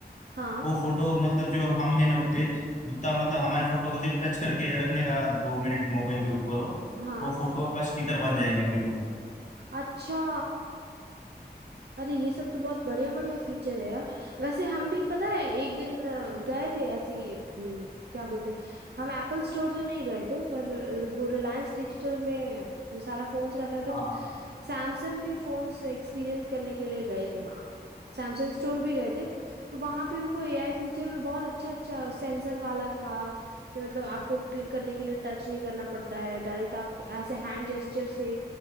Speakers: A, on the right; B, on the left.
A: हाँ
B: वो फोटो मतलब जो हम है ना उतने उतना मतलब हमारे फोटो को सिर्फ टच करके रखने का दो मिनट मोबाइल के ऊपर हो
A: हाँ
B: वो फोटो का स्टिकर बन जाएगा फिर वो
A: अच्छा अरे ये सब तो बहुत बढ़िया बढ़िया फीचर है यार वैसे हम भी पता है एक दिन अ, गए थे ऐसे ही अम, क्या बोलते हैं हम एप्पल स्टोर तो नहीं गए थे पर अ, वो रिलायंस डिजिटल में सारा फोन्स रहता है तो
B: हाँ
A: हम सैमसंग के फोन्स एक्सपीरियंस करने के लिए गए थे वहाँ सैमसंग स्टोर भी गए थे तो वहाँ पे हमको एआई फीचर में बहुत अच्छा अच्छा सेंसर वाला था कि मतलब आपको क्लिक करने के लिए टच नहीं करना पड़ता है डायरेक्ट आप ऐसे हैंड जेस्चर से